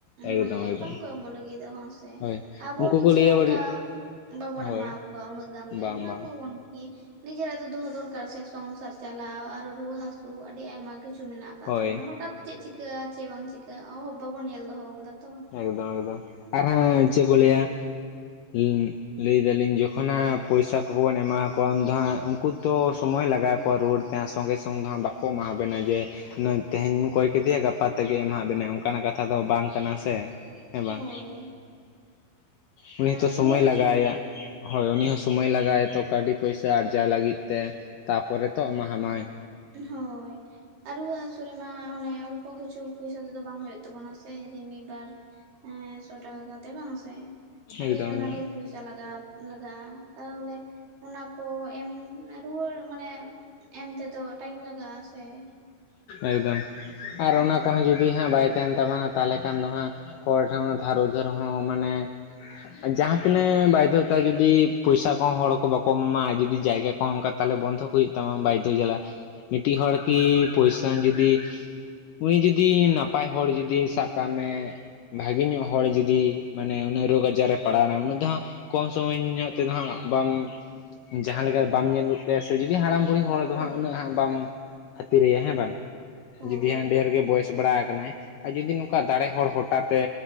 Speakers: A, on the left; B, on the right.
A: ᱮᱠᱫᱚᱢ
B: ᱢᱟᱱᱮ
A: ᱮᱠᱫᱚᱢ
B: ᱵᱟᱝᱠᱚ ᱮᱢᱚᱜ ᱞᱟᱹᱜᱤᱫᱟ ᱵᱟᱝ ᱥᱮ᱾
A: ᱦᱳᱭ
B: ᱟᱵᱚ
A: ᱩᱱᱠᱩ
B: ᱱᱤᱡᱮ
A: ᱠᱚ ᱞᱟᱹᱭᱟ
B: ᱦᱚᱸ ᱚᱝᱠᱟ
A: ᱵᱟᱹᱲᱤᱡ
B: ᱵᱟᱵᱚᱱ
A: ᱦᱳᱭ
B: ᱮᱢᱟᱠᱚᱣᱟ ᱩᱱᱟᱹᱜ ᱜᱟᱱ ᱫᱚ
A: ᱵᱟᱝ
B: ᱮᱢᱟᱣᱟᱠᱚᱣᱟ
A: ᱵᱟᱝ
B: ᱵᱚᱱ ᱱᱤᱡᱮᱨᱟᱜ ᱫᱚ ᱫᱚᱦᱚ ᱫᱚᱨᱠᱟᱨ ᱥᱮ ᱥᱚᱝᱥᱟᱨ ᱪᱟᱞᱟᱣ ᱟᱨᱚ ᱨᱩᱣᱟᱹ ᱦᱟᱹᱥᱩ ᱟᱹᱰᱤ ᱟᱭᱢᱟ ᱠᱤᱪᱷᱩ᱾ ᱢᱮᱱᱟᱜ ᱟᱠᱟᱫ
A: ᱦᱳᱭ
B: ᱛᱟᱵᱚᱱᱟ ᱦᱚᱴᱟᱛ ᱪᱮᱜ ᱪᱤᱠᱟᱹᱜᱼᱟ ᱪᱮᱜ ᱵᱟᱝ ᱪᱤᱠᱟᱹᱜ-ᱟ ᱚᱦᱚ ᱵᱟᱵᱚᱱ ᱧᱮᱞ ᱫᱚᱦᱚᱣᱟᱠᱟᱫᱟ ᱛᱚ᱾
A: ᱮᱠᱫᱚᱢ ᱮᱠᱫᱚᱢ ᱟᱨ ᱦᱟᱸ
B: ᱦᱳᱭ
A: ᱪᱮᱜ ᱠᱚ ᱞᱟᱹᱭᱟ ᱩᱸᱜ ᱞᱟᱹᱭᱫᱟᱞᱤᱧ ᱡᱚᱠᱷᱚᱱ ᱦᱟᱸᱜ ᱯᱚᱭᱥᱟ ᱠᱚᱵᱚᱱ ᱮᱢᱟᱠᱚᱣᱟ ᱩᱱ ᱫᱚ ᱦᱟᱸᱜ ᱩᱝᱠᱩ ᱛᱚ ᱥᱚᱢᱚᱭ ᱞᱟᱜᱟᱣ ᱟᱠᱚᱣᱟ ᱨᱩᱣᱟᱹᱲ ᱛᱮ ᱥᱚᱸᱜᱮ ᱥᱚᱝ ᱫᱚ ᱦᱟᱸᱜ ᱵᱟ ᱠᱚ ᱮᱢᱟ ᱦᱟᱵᱮᱱᱟ ᱡᱮ ᱛᱮᱦᱮᱧ ᱢᱚ ᱠᱚᱭ ᱠᱮᱫᱮᱭᱟ ᱜᱟᱯᱟ ᱛᱮᱜᱮ ᱮᱢᱟᱦᱟᱜ ᱵᱮᱱᱟᱭ ᱚᱝᱠᱟᱱᱟᱜ ᱠᱟᱛᱷᱟ ᱫᱚ ᱵᱟᱝ ᱠᱟᱱᱟ ᱥᱮ, ᱦᱮᱸ ᱵᱟᱝ?
B: ᱦᱳᱭ
A: ᱩᱱᱤ ᱦᱚᱸᱛᱚ
B: ᱟᱨ
A: ᱥᱚᱢᱚᱭ
B: ᱨᱩᱣᱟᱹ
A: ᱞᱟᱜᱟᱣ
B: ᱦᱟᱹᱥᱩ
A: ᱟᱭᱟ ᱦᱳᱭ ᱩᱱᱤ ᱦᱚᱸ ᱥᱚᱢᱚᱭ ᱞᱟᱜᱟᱣ ᱟᱭᱟ ᱛᱚ ᱠᱟᱹᱣᱰᱤ ᱯᱚᱭᱥᱟᱹ ᱟᱨᱡᱟᱣ ᱞᱟᱹᱜᱤᱫ ᱛᱮ ᱛᱟᱯᱚᱨᱮ ᱛᱚ ᱮᱢᱟ ᱦᱟᱢᱟᱭ᱾
B: ᱦᱳᱭ᱾ ᱟᱨ ᱨᱩᱣᱟᱹ ᱦᱟᱹᱥᱩ ᱨᱮᱢᱟ ᱚᱱᱮ ᱚᱞᱯᱚ ᱠᱤᱪᱷᱩ ᱯᱚᱭᱥᱟ ᱛᱮᱫᱚ ᱵᱟᱝ ᱦᱳᱭᱳᱜ ᱛᱟᱵᱚᱱᱟ ᱥᱮ ᱡᱮ ᱢᱤᱜ-ᱵᱟᱨ ᱦᱮᱸ ᱥᱚ ᱴᱟᱠᱟ ᱠᱟᱛᱮ ᱵᱟᱝ ᱥᱮ ᱟᱹᱰᱤ
A: ᱮᱠᱫᱚᱢ
B: ᱟᱭᱢᱟ
A: ᱮᱠᱫᱚᱢ
B: ᱰᱷᱮᱨ ᱯᱚᱭᱥᱟ ᱞᱟᱜᱟᱜ-ᱟ᱾ ᱞᱟᱜᱟᱜᱼᱟ ᱛᱟᱦᱚᱞᱮ ᱚᱱᱟ ᱠᱚ ᱮᱢ ᱨᱩᱣᱟᱹᱲ ᱢᱟᱱᱮ ᱮᱢ ᱛᱮᱫᱚ ᱴᱟᱭᱤᱢ ᱞᱟᱜᱟᱜᱼᱟ ᱥᱮ᱾
A: ᱮᱠᱫᱚᱢ ᱟᱨ
B: ᱦᱳᱭ
A: ᱚᱱᱟ ᱠᱚᱦᱚᱸ ᱡᱩ ᱡᱩᱫᱤ ᱦᱟᱸᱜ ᱵᱟᱭ ᱛᱟᱦᱮᱱ ᱛᱟᱢᱟ ᱛᱟᱦᱞᱮ ᱠᱷᱟᱱ ᱫᱚ ᱦᱟᱸᱜ ᱦᱚᱲ ᱴᱷᱮᱱ ᱫᱷᱟᱨ ᱩᱫᱷᱟᱹᱨ ᱦᱚᱸ ᱢᱟᱱᱮ ᱡᱟᱦᱟᱸ ᱛᱤᱱᱟᱹᱜ ᱵᱟᱭᱫᱷᱚ ᱡᱟᱸᱦᱟᱭ ᱡᱩᱫᱤ ᱯᱚᱭᱥᱟᱹ ᱠᱚᱦᱚᱸ ᱦᱚᱲ ᱠᱚ ᱵᱟᱠᱚ ᱮᱢᱟᱢᱟ ᱟᱨ ᱡᱩᱫᱤ ᱡᱟᱭᱜᱟ ᱠᱚᱦᱚ ᱛᱟᱦᱚᱞᱮ ᱵᱚᱱᱫᱷᱚᱠ ᱦᱩᱭᱩᱜ ᱛᱟᱢᱟ ᱵᱟᱭᱫᱷᱚ ᱡᱟᱞᱟ᱾ ᱢᱤᱴᱤᱡ ᱦᱚᱲ ᱠᱤ ᱯᱚᱭᱥᱟᱧ ᱡᱩᱫᱤ ᱩᱱᱤ ᱡᱩᱫᱤ ᱱᱟᱯᱟᱭ ᱦᱚᱲ ᱡᱩᱫᱤ ᱥᱟᱵ ᱠᱟᱜ ᱢᱮ ᱵᱷᱟᱜᱮ ᱧᱚᱜ ᱦᱚᱲ ᱡᱩᱫᱤ ᱢᱟᱱᱮ ᱩᱱᱤ ᱨᱳᱜᱽ ᱟᱡᱟᱨ ᱨᱮ ᱯᱟᱲᱟᱣᱱᱟ ᱩᱱᱟᱹᱜ ᱫᱚ ᱦᱟᱸᱜ ᱠᱚᱢ ᱥᱚᱢᱚᱭ ᱧᱚᱜ ᱛᱮᱫᱚ ᱦᱟᱸᱜ ᱵᱟᱢ ᱡᱟᱦᱟᱸ ᱞᱮᱠᱟ ᱵᱟᱢ ᱧᱮᱞᱩᱜ ᱥᱮ ᱡᱩᱫᱤ ᱦᱟᱲᱟᱢ ᱵᱩᱲᱷᱤ ᱦᱚᱲᱫᱚ
B: ᱦᱳᱭ
A: ᱦᱟᱸᱜ ᱩᱱᱟᱹᱜ ᱵᱟᱢ ᱠᱷᱟᱹᱛᱤᱨᱮᱭᱟ ᱦᱮᱸ ᱵᱟᱝ
B: ᱦᱳᱭ
A: ᱡᱩᱫᱤ ᱦᱟᱸᱜ ᱰᱷᱮᱨ ᱜᱮ ᱵᱚᱭᱮᱥ ᱵᱟᱲᱟ ᱟᱠᱟᱱᱟᱭ᱾ ᱟᱨ ᱡᱩᱫᱤ ᱱᱚᱝᱠᱟ ᱫᱟᱲᱮ ᱦᱚᱲ ᱦᱚᱴᱟᱛᱮ